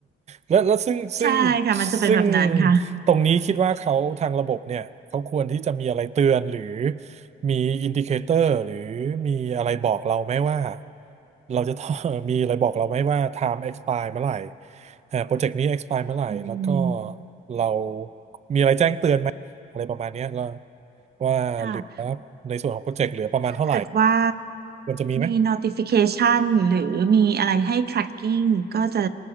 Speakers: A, on the right; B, on the right.
A: แล้วแล้วซึ่งซึ่ง
B: ใช่ค่ะมันจะเป็นแบบนั้นค่ะ
A: ซึ่งตรงนี้คิดว่าเขาทางระบบเนี่ยเขาควรที่จะมีอะไรเตือนหรือมีอินดิเคเตอร์หรือมีอะไรบอกเราไหมว่าเราจะต้อง <laughs> มีอะไรบอกเราไหมว่า time expire เมื่อไหร่อ่าโปรเจกต์นี้ expire เมื่อไหร่แล้วก็
B: อืม
A: เรามีอะไรแจ้งเตือนไหมอะไรประมาณเนี้ยแล้ว ว่าเหลือในส่วนของโปรเจกต์เหลือประมาณเท่าไหร่
B: ค่ะถ้าเกิดว่า
A: ควรจะมีไหม
B: มี notification หรือมีอะไรให้ tracking ก็จะ